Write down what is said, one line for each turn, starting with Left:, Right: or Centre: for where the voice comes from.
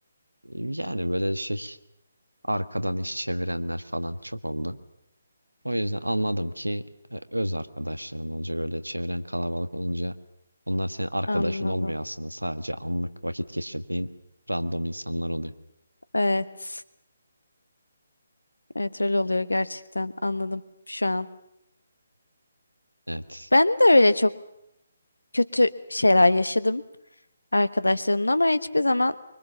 Right: E, Yani böyle şey arkadan iş çevirenler falan çok oldu. O yüzden anladım ki e, öz arkadaşların olacak öyle çevren kalabalık olunca onlar senin arkadaşın
Left: Anladım.
Right: olmuyor aslında sadece anlık vakit geçirdiğin random insanlar oluyor.
Left: Evet. Evet öyle oluyor gerçekten. Anladım şu an.
Right: Evet.
Left: Ben de öyle çok kötü şeyler yaşadım arkadaşlarımla ama hiçbir zaman